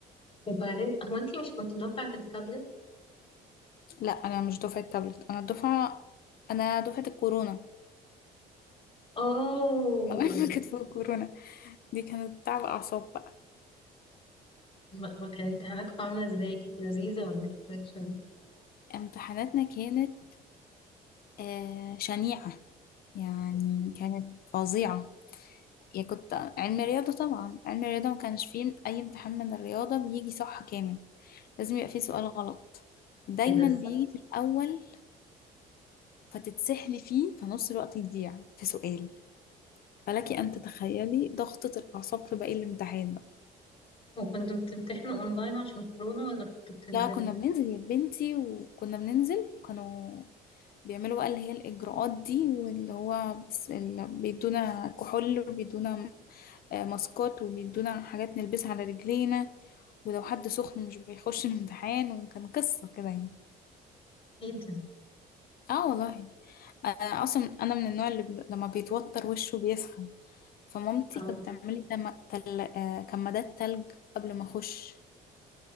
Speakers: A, on the left (about 35°); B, on the left (about 60°).
A: وبعدين هو انتي مش كنت دفعة التابلت؟
B: لا انا مش دفعه تابلت انا الدفعه انا دفعه الكورونا
A: اوه
B: <laughs> انا كانت في الكورونا دي كانت تعب اعصاب بقى
A: ما ما كان امتحاناتكم عاملة ازاي؟ كانت لذيذة ولا كانت وحشة؟
B: امتحاناتنا كانت آه شنيعه يعني كانت فظيعه يا كنت علم رياضه طبعا علم الرياضه ما كانش فيه اي امتحان من الرياضه بيجي صح كامل لازم يبقى فيه سؤال غلط دايما
A: ايه ده ازاي؟
B: بيجي في الاول فتتسحلي فيه فنص الوقت يضيع في سؤال فلك ان تتخيلي ضغطه الاعصاب في باقي الامتحان
A: وكنتوا بتمتحنوا اونلاين عشان كورونا ولا كنتوا بتنزلوا؟
B: لا كنا بننزل يا بنتي وكنا بننزل كانوا بيعملوا بقى اللي هي الإجراءات دي واللي هو بس اللي بيدونا كحول وبيدونا آه، ماسكات وبيدونا حاجات نلبسها على رجلينا ولو حد سخن مش بيخش <laughs> الامتحان وكان قصة كده يعني
A: ايه ده؟
B: اه والله أنا أصلا أنا من النوع اللي بي- لما بيتوتر وشه بيسخن فمامتي
A: اه
B: كانت بتعملي تم- تل... آه، كمادات تلج قبل ما أخش